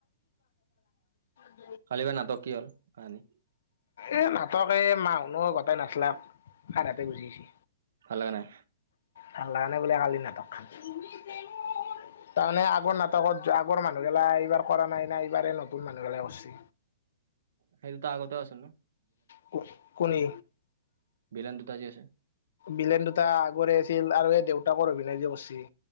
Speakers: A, on the left; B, on the right.
A: <unintelligible>
B: খালিব নাতক কি হল কাহানী?
A: এ নাটক এই মাহুনো গোটাই নাচলাক আৰ হাতে গুচি আহছে।
B: ভালাগা নাই।
A: ভাল লাগা নাই বোলে কালি নাটক খান। তাৰমানে আগৰ নাটকত যোৱা আগৰ মানুহগিলা এইবাৰ কৰা নাই নাই এইবাৰ নতুন মানুহবিলাই কৰিছে।
B: শিল্পা আগতে আগতে আছে নো।
A: কু কনী।
B: বিৰন দুটা যি আছে।
A: বিলেন দুটা আগৰে আছিল আৰু এই দেউতাকৰ অভিনয় যে কৰছি।